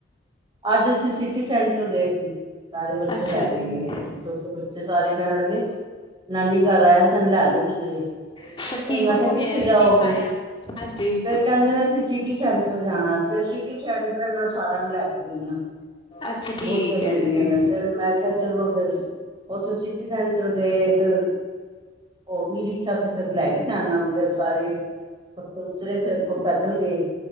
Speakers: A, on the right; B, on the left.
A: ਅੱਜ ਅਸੀਂ ਸਿਟੀ ਸੈਂਟਰ ਗਏ ਸੀ, ਸਾਰੇ ਬੱਚੇ
B: ਅੱਛਾ
A: ਲੈ
B: ਜੀ
A: ਕੇ ਗਏ ਸੀ, ਅਸੀਂ ਛੋਟੇ ਬੱਚੇ ਸਾਰੇ ਕਹਿਣ ਲੱਗੇ, ਨਾਨੀ ਘਰ ਆਇਆ ਸਾਨੂੰ ਲੈ ਜੋ। ਕਿਧਰੇ,
B: ਫਿਰ
A: ਫੇਰ
B: ਕੀ
A: ਮੈਂ
B: ਘੁੰਮ
A: ਕਿਆ ਕਿੱਥੇ
B: ਕੇ ਆਏ
A: ਜਾਓਗੇ?
B: ਕੀ ਖਾਇਆ ਹਾਂਜੀ
A: ਫੇਰ ਕਹਿੰਦੇ ਨੇ ਅਸੀਂ ਸਿਟੀ ਸੈਂਟਰ ਜਾਣਾ, ਫੇਰ ਸਿਟੀ ਸੈਂਟਰ ਇਹਨਾ ਸਾਰਿਆਂ ਨੂੰ ਲੈ ਕੇ <unintelligible>
B: ਅੱਛਾ ਠੀਕ
A: ਬਹੁਤੀਆਂ ਵਗੀਆਂ
B: ਹੈ ਜੀ
A: ਨੇ ਫਿਰ ਮੈਂ ਕਿਹਾ ਚਲੋ ਫਿਰ, ਉੱਥੇ ਸਿਟੀ ਸੈਂਟਰ ਗਏ ਫਿਰ, ਉਹ ਵੀ ਅੱਛਾ ਤੇ ਫੇਰ ਲੈ ਗਈ ਸ ਇਹਨਾਂ ਨੂੰ, ਫਿਰ ਸਾਰੇ ਓਥੋਂ ਉਤਰੇ ਫੇਰ ਅੱਗੋਂ ਪੈਦਲ ਗਏ।